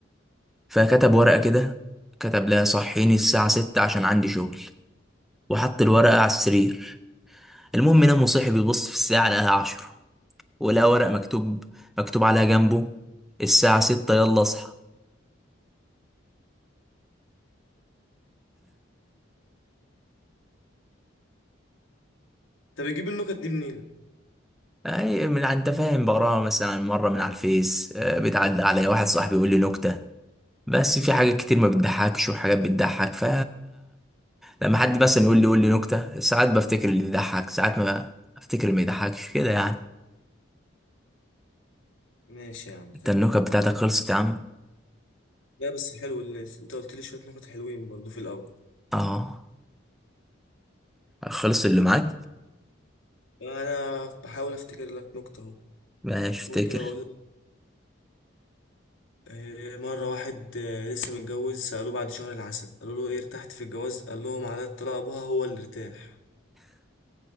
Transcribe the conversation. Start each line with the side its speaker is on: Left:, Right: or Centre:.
Centre: فكتب ورقة كده كتب لها صحيني الساعة ستة عشان عندي شغل وحط الورقة على السرير المهم نام وصحي بيبص في الساعة لقاها عشرة ولقى ورقة مكتوب مكتوب عليها جنبه الساعة ستة يلا اصحى
Left: طب بتجيب النكت دي منين
Centre: أي من أنت فاهم بقراها مثلا مرة من على الفيس آه، بتعدي عليا واحد صاحبي يقول لي نكتة بس في حاجات كتير ما بتضحكش وحاجات بتضحك ف لما حد مثلا يقول لي يقول لي نكتة ساعات بفتكر اللي يضحك ساعات ما افتكر اللي ما يضحكش كده يعني
Left: ماشي يا عم تمام
Centre: انت النكت بتاعتك خلصت يا عم
Left: لا بس حلو اللي انت قلت لي شويه نكت حلوين برضه في الاول
Centre: اه خلص اللي معاك
Left: انا بحاول افتكر لك نكته اهو
Centre: ماشي افتكر
Left: ممكن اقول لك آه، مرة واحد آه، لسه متجوز سألوه بعد شهر العسل قالوا له ايه ارتحت في الجواز قال لهم على الطلاق ابوها هو اللي ارتاح